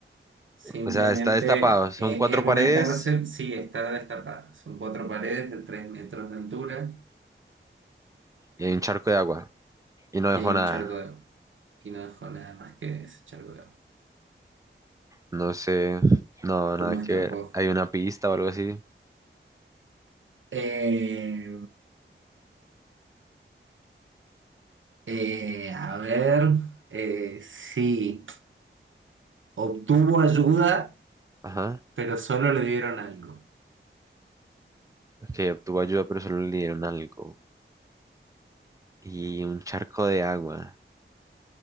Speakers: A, on the right; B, on the right.
A: simplemente
B: o sea, está destapado. Son
A: eh,
B: cuatro
A: es
B: paredes
A: una cárcel, sí, está destapada. Son cuatro paredes de tres metros de altura
B: y hay un charco de agua. Y no dejó
A: y hay
B: nada.
A: un charco de agua. Y no dejó nada más que ese charco de agua.
B: No sé. No,
A: ¿Cómo
B: nada que
A: escapó?
B: ver. Hay una pista o algo así.
A: Eh, eh, a ver, eh, sí, obtuvo ayuda,
B: Ajá.
A: pero solo le dieron algo.
B: Que obtuvo ayuda, pero solo le dieron algo. Y un charco de agua.